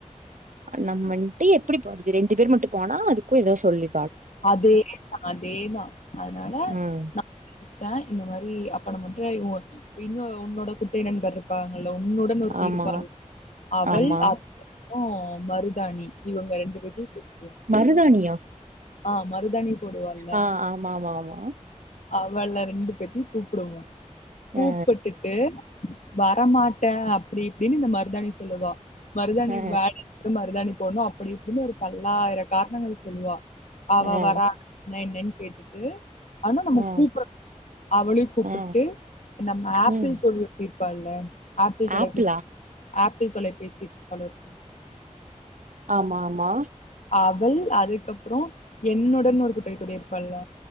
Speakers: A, on the right; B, on the left.
A: நம் வந்துட்டு எப்டி போறது ரெண்டு பேர் மட்டு போனா அதுக்கு ஏதாவது சொல்லு
B: அதே தா அதே தா அதனால
A: ம்
B: நா ட்ட இந்த மாரி அப்ப நம்மட்ட ஒ இன்னு உன்னோட குட்டை நண்பர் பாங்கல உன்னுடன் ஒருத்தி
A: ஆமா
B: இருப்பாள் அவள்
A: ஆமா
B: அப் போ மருதாணி இவங்க ரெண்டு பேத்தையு சேத்துகுவாங்க
A: மருதாணியா
B: ஆ மருதாணி போடுவால்ல
A: ஆ ஆமா ஆமா ஆமா
B: அவள ரெண்டு பேத்தையு கூப்டுவோ கூப்புட்டுட்டு
A: ஆ
B: வரமாட்ட அப்டி இப்டின்னு இந்த மருதாணி சொல்லுவா மருதாணிக்கு
A: ஆ
B: வேற மருதாணி போடனு அப்படி இப்படின்னு ஒரு பல்லாயிர காரணங்கள் சொல்லுவா அவ
A: ஆ
B: வரா என்ன என்னன் கேட்டுட்டு ஆனா நம்ம
A: ஆ
B: கூப்ட அவளையு கூப்டுட்டு
A: ஆ
B: நம்ம அப்பிள்
A: ம்
B: தோழியு இர்பால்ல அப்பிள் தொலைபி
A: ஆப்பிளா
B: அப்பிள் தொலைபேசிட்ருப்பால ஒருத்தி
A: ஆமா ஆமா
B: அவள் அதுக்கப்புறோ என்னுடன் ஒரு குட்டை தோழி இருப்பால்ல